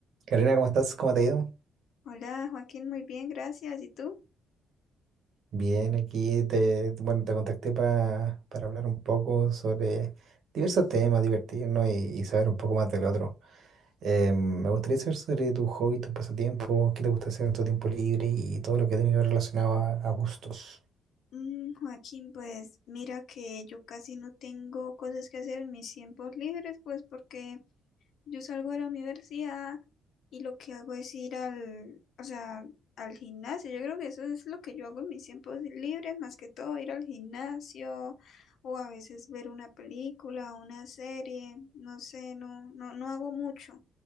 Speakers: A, on the right (about 65°); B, on the left (about 70°).
A: Karina, ¿cómo estás? ¿Cómo te ha ido?
B: Hola Joaquín, muy bien, gracias. ¿Y tú?
A: Bien, aquí te, bueno, te contacté para, para hablar un poco sobre diversos temas, divertirnos y, y saber un poco más del otro. Eh, me gustaría saber sobre tu hobby, tus pasatiempos, qué te gusta hacer en tu tiempo libre y todo lo que tiene que ver relacionado a, a gustos.
B: Mm, Joaquín, pues mira que yo casi no tengo cosas que hacer en mis tiempos libres, pues porque yo salgo de la universidad y lo que hago es ir al, o sea, al gimnasio. Yo creo que eso es lo que yo hago en mis tiempos libres, más que todo ir al gimnasio o a veces ver una película, una serie, no sé, no, no, no hago mucho.